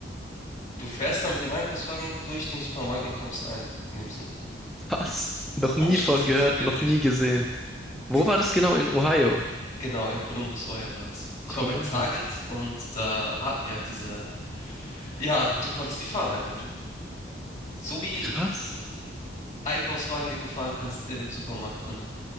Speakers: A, on the left; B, in the centre.
A: Du fährst dann mit dem Einkaufswagen durch den Supermarkt und kaufst ein, in dem Sinne.
B: Was? Noch
A: Ohne
B: nie
A: Scheiß
B: von gehört,
A: jetzt, wirklich.
B: noch nie gesehen. Wo
A: Sind-
B: war das genau? In Ohio?
A: Genau, in Columbus, oh ja, war das. Ich
B: Columbus.
A: war bei Target und da hatten die halt diese Ja, du konntest die fahren einfach. Du, so wie
B: Krass.
A: Einkaufswagen, den du fahren kannst im Supermarkt drinne.